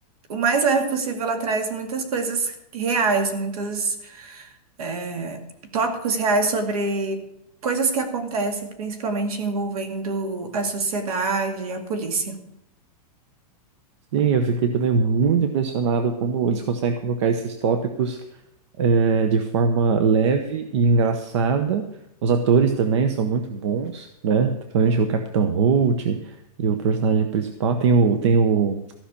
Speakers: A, on the right; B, on the right.
A: O mais leve possível, ela traz muitas coisas reais, muitos é, tópicos reais sobre coisas que acontecem, principalmente envolvendo a sociedade e a polícia.
B: Sim, eu fiquei também muito impressionado como eles conseguem colocar esses tópicos é, de forma leve e engraçada. Os atores também são muito bons, né? Principalmente o Capitão Holt e o personagem principal. Tem o, tem o,